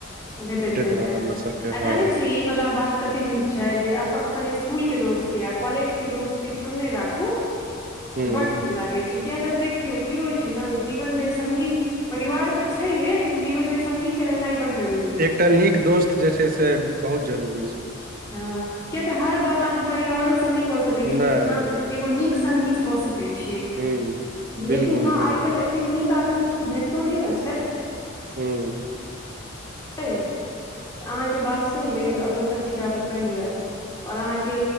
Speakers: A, on the left; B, on the right.
A: भेटैत रहैय,
B: रहल हमरा सबके
A: आ जानै
B: हँ
A: छीयै ई बला बात। कते नीक छै, जे अप अपन स्कुल के दोस्त के, आ कॉलेज के दोस्त के जोड़ने राखू।
B: हुं
A: तऽ बड नीक लागै छै, किया तऽ देखियौ की होइ छै ने जीवनमे संगी परिवार तऽ छैहे, लेकिन जीवन मे संगी के रहनाइ बड़ जरुर
B: एकटा नीक दोस्त जे छै से बहुत जरूरी छै।
A: हँ किया तऽ हर बात आहाँ परिवारो सँ नै कऽ सकै छीयै
B: नहि
A: लेकिन आहाँ
B: नहि
A: एगो नीक संगी कऽ सकै छियै
B: हुं बिलकुल
A: लेकिन हँ
B: बिलकुल
A: आय कैल्ह एते नीक आदमी। भेटतो नै नऽ छै।
B: हूँ।
A: <unintelligible> अहाँके बात सुइन लेत आ दोसर केँ जाकऽ कैह एअत। और आहाँ के